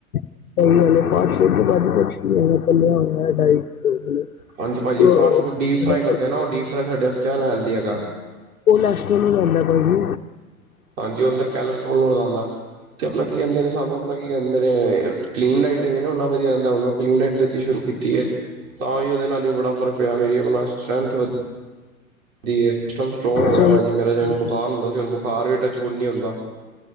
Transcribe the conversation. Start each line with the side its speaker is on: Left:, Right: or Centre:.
Left: <unintelligible>
Right: ਹਾਂਜੀ ਭਾਜੀ
Left: ਤੋਂ
Right: ਫਾਸਟ ਫੂਡ ਡੀਪ ਫਰਾਈ
Left: ਮਤਲਬ
Right: ਕਰਦੇ ਨਾ ਉਹ ਡੀਪ ਫਰਾਈ ਸਾਡੇ ਵਾਸਤੇ ਅਨ ਹੈਲਦੀ ਹੈਗਾ।
Left: ਉਹਓ ਲੈਸਟੋ ਨੂੰ ਲੈਂਦਾ ਭਾਈ ਜੀ
Right: ਹਾਂਜੀ ਉਹ ਅੰਦਰ ਕੈਲਸਟ੍ਰੋਲ ਨੂੰ ਵਧਾਉਂਦਾ, ਤੇ ਆਪਣਾ ਕੀ ਕਹਿੰਦੇ ਨੇ, ਸਾਨੂੰ ਮਤਲਬ ਕੀ ਕਹਿੰਦੇ ਨੇ। ਕਲੀਨ ਲਾਈਟ ਰਹੀ ਨੇ ਨਾ ਉਹਨਾ ਵਧੀਆ ਰਹਿੰਦਾ, ਹੁਣ ਮੈਂ ਕਲੀਨ ਲਾਈਟ ਜਦੀ ਸ਼ੁਰੂ ਕੀਤੀ ਹੈ ਤਾਂ ਵੀ ਉਹਦੇ ਨਾਲ ਵੀ ਬੜਾ ਫਰਕ। ਵੀ ਮੇਰੀ ਆਪਣਾ ਸਟਰੈਂਥ ਵਧੀਆ। ਦੀ ਸਟਮ ਸਟਰੋਂਗ ਹੋ ਗਿਆ
Left: ਸਹੀ
Right: ਭਾਜੀ
Left: ਗੱਲ ਹੈ,
Right: ਮੇਰਾ ਜਿਵੇਂ ਬੁਖਾਰ ਹੁੰਦਾ ਸੀ ਬੁਖਾਰ ਵੀ ਟੱਚਬੁਡ ਨੀ ਹੁੰਦਾ।